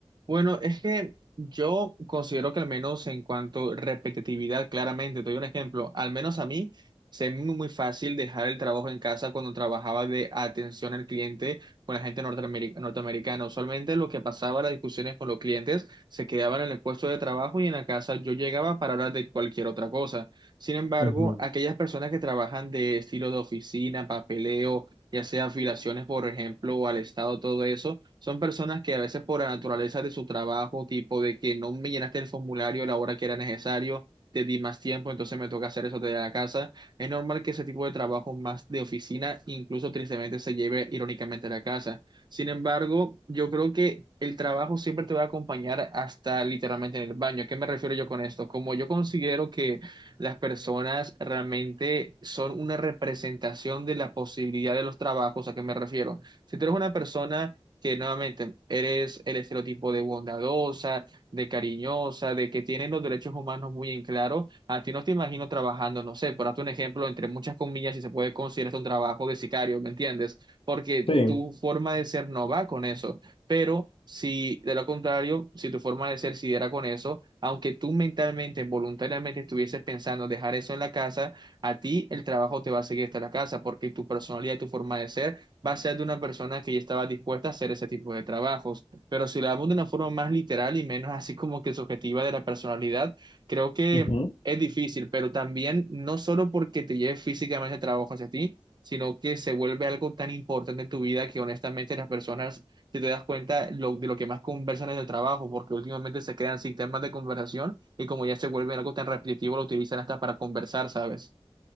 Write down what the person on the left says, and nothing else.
Ujú.
Sí,
ujú.